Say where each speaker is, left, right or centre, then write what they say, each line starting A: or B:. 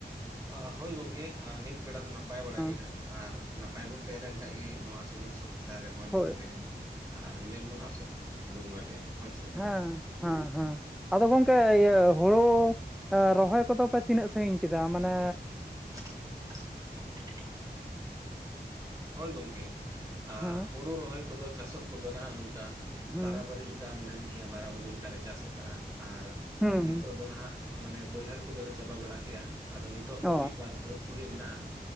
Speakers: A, on the right; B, in the centre.
A: ᱚᱦ ᱦᱳᱭ ᱜᱚᱝᱠᱮ ᱦᱟ ᱱᱤᱛ ᱵᱮᱲᱟ ᱫᱚ ᱱᱟᱯᱟᱭ ᱵᱟᱱᱟ
B: ᱦᱮᱸ
A: ᱜᱮ ᱱᱟᱦᱟᱜ᱾ ᱟᱨ ᱱᱟᱯᱟᱭ ᱵᱩᱱ ᱛᱮᱦᱮ ᱞᱮᱱ ᱠᱷᱟᱡ ᱜᱤ ᱱᱚᱣᱟ ᱥᱩᱞᱩᱠ ᱥᱚ ᱥᱟᱨᱮ ᱢᱚᱸᱡᱽ
B: ᱦᱳᱭ
A: ᱵᱩᱱ ᱛᱮᱦᱮᱱᱟ, ᱟᱨ ᱤᱱᱟᱹ ᱜᱮᱵᱚᱱ ᱟᱥᱚᱜ ᱠᱟᱱᱟ ᱪᱟᱸᱫᱳ ᱵᱚᱸᱜᱟ ᱴᱷᱮ ᱦᱳᱭᱥᱮ᱾
B: ᱟᱸ᱾ ᱦᱟᱸ ᱦᱟᱸ᱾ ᱟᱫᱚ ᱜᱚᱝᱠᱮ ᱤᱭᱟᱹ ᱦᱳᱲᱳ ᱮ ᱨᱚᱦᱚᱭ ᱠᱚᱫᱚ ᱯᱮ ᱛᱤᱱᱟᱹᱜ ᱥᱟᱺᱜᱤᱧ ᱠᱮᱫᱟ? ᱢᱟᱱᱮ
A: <inaudible> ᱦᱳᱭ ᱜᱚᱝᱠᱮ, ᱟ
B: ᱦᱮᱸ
A: ᱦᱩᱲᱩ ᱨᱚᱦᱚᱭ ᱠᱚᱫᱚ ᱪᱟᱥᱚᱜ ᱠᱚᱫᱚ ᱱᱟᱦᱟᱜ ᱱᱚᱝᱠᱟ
B: ᱦᱩᱸ
A: ᱵᱟᱨᱟᱼᱵᱟᱹᱨᱤ ᱞᱮᱠᱟᱢ ᱢᱮᱱ ᱠᱮᱭᱟ ᱵᱟᱨᱟᱼᱵᱟᱹᱨᱤ ᱞᱮᱠᱟ ᱞᱮ ᱪᱟᱥ ᱠᱟᱜᱼᱟ, ᱟᱨ
B: ᱦᱩᱸ
A: ᱱᱤᱛᱚᱜ ᱫᱚ ᱱᱟᱦᱟᱜ ᱢᱟᱱᱮ ᱵᱟᱹᱭᱦᱟᱹᱲ ᱠᱚᱫᱚ ᱞᱮ ᱪᱟᱵᱟ ᱵᱟᱲᱟ ᱠᱮᱼᱟ ᱟᱫᱚ ᱱᱤᱛᱚᱜ
B: ᱚ
A: ᱫᱚ ᱢᱤᱫᱵᱟᱨ ᱵᱟᱹᱫᱽ ᱠᱚᱜᱮ ᱢᱮᱱᱟᱜᱼᱟ᱾